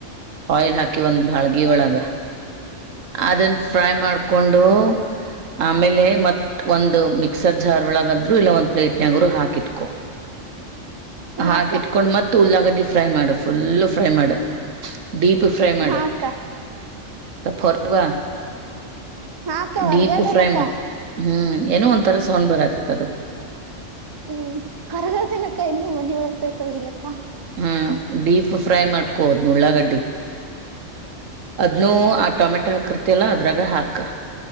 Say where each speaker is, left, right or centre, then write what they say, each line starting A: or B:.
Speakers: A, on the right; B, on the right.
A: ಆಯಿಲ್ ಹಾಕಿ ಒಂದು್ ಬಾಳ್ಗ ಒಳಗ ಅದನ್ನ ಫ್ರೈ ಮಾಡ್ಕೊಂಡು ಆಮೇಲೆ ಮತ್ ಒಂದ್ ಮಿಕ್ಸರ್ ಜಾರ್ ಒಳಗಾದ್ರು ಇಲ್ಲ ಒಂದ್ ಪ್ಲೇಟ್ನ್ಗರು ಹಾಕಿಟ್ಕೊ ಹಾಕಕ್
B: ಹಾಕ್ಕ
A: ಇಟ್ಕೊಂಡ್
B: ಹಾಕ್ಕ
A: ಮತ್ ಉಳ್ಳಾಗಡ್ಡಿ ಫ್ರೈ ಮಾಡ ಫುಲ್ ಫ್ರೈ ಮಾಡ ಡೀಪ್ ಫ್ರೈ ಮಾಡ
B: ಹಾಕ್ಕ
A: ಸ್ಲ್ಪ ಹೊರವಾ
B: ನಾಕ್ಕ ಹೊರ್ಗೇದೇನಕ್ಕ
A: ಡೀಪ್ ಫ್ರೈ ಮಾಡ ಹ್ಮ್ ಏನೋ ಒಂ ಸೋೊಂಡ್ ಬರಾತ್ತತ್ ಅದಕ್
B: ಹ್ಮ್ ಅರ್ಗ ದಿನಕ್ಕ ಇನ್ನು ಮನ ಒಳಗ್ಸೈ್ತ ಹೋಗಿಿಲ್ಲಕ್ಕ
A: ಹ್ಮ್ ಡೀಪ್ ಫ್ರೈ ಮಾಡ್ಕೋದು್ ನಳ್ಳಾಗಡ್ಡಿ ಅದ್ನು ಆ ಟೊಮೆಟೊ ಹಾಕರ್ತಿಯಲ್ಲ ಅದ್ರಾಗ ಹಾಕ್